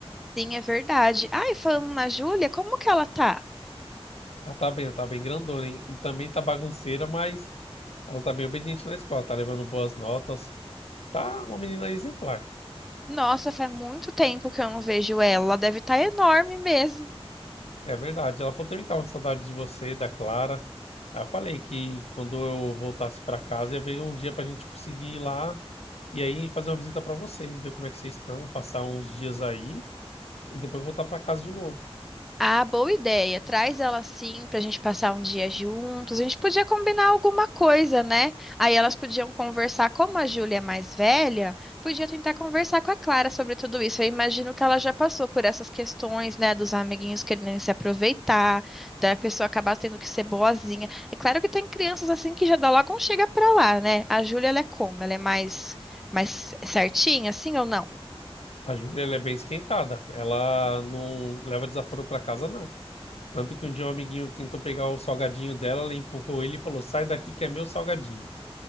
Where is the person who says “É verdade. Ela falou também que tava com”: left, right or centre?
Left